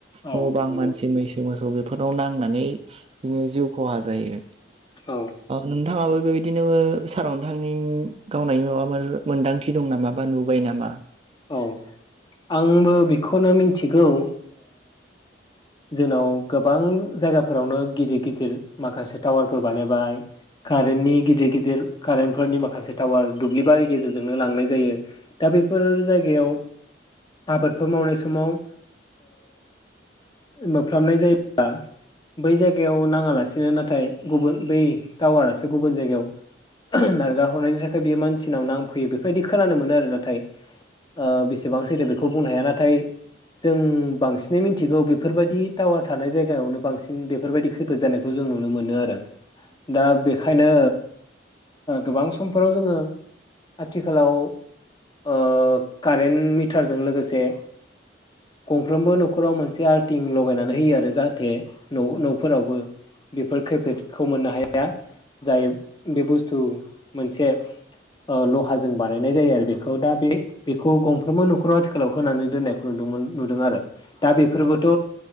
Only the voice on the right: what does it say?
न बां
मानसि मैसो मोसौ बेफोरनाव नांनानै बिनो जिउ खहा जायो।
नोंथांङाबो बेबायदिनो सारअन्थायनि नोंथांनि गावनायनि माबा मोन्दांथि दं नामा बा नुबाय नामा